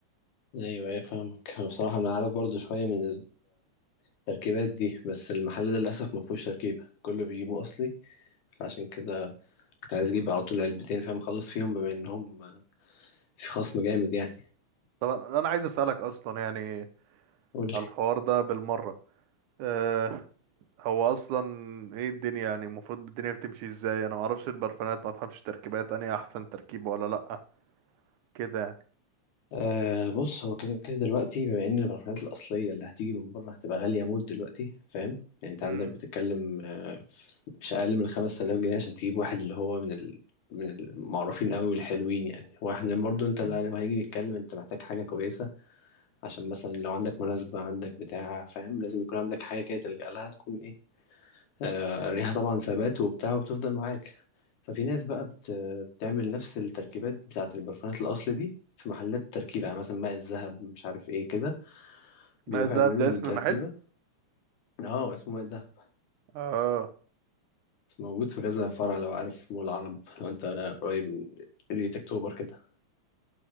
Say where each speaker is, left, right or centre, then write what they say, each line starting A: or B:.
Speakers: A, on the left (about 85°); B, on the right (about 85°).
A: ايوه ايوه فاهمك أنا بصراحة انا عارف برضو شوية من التركيبات دي بس المحل ده للأسف ما فيهوش تركيبة كله بيجيبوه اصلي فعشان كده كنت عايز اجيب على طول علبتين فاهم اخلص فيهم بما انهم في خصم جامد يعني
B: طب انا عايز اسالك اصلا يعني
A: قول
B: على
A: لي
B: الحوار ده بالمره أه هو اصلا ايه الدنيا يعني المفروض الدنيا بتمشي ازاي انا ما اعرفش البرفانات ما افهمش تركيبات انهي احسن تركيبه ولا لا كده يعني
A: آه بص هو كده كده دلوقتي بما ان البرفانات الاصليه اللي هتيجي من بره هتبقى غاليه موت دلوقتي فاهم يعني انت
B: امم
A: عندك بتتكلم آه في- مش اقل من 5000 جنيه عشان تجيب واحد اللي هو من ال... من المعروفين قوي والحلوين يعني واحد برضو
B: مم.
A: انت اللي لما هنيجي نتكلم انت محتاج حاجه كويسه عشان مثلا لو عندك مناسبة عندك بتاع فاهم لازم يكون عندك حاجة كده تلجأ لها تكون ايه آه، الريحة طبعا ثبات وبتاع وتفضل معاك ففي ناس بقى بت... بتعمل نفس التركيبات بتاعة البرفانات الأصل دي في محلات تركيب يعني مثلا ماء الذهب مش عارف ايه كده بيروحوا
B: ما زاد
A: يعملوا
B: ده
A: التركيبة
B: اسم محل
A: اه اسمه ماء الذهب
B: اه
A: موجود في كذا فرع لو عارف مول العرب لو انت قريب من قرية اكتوبر كده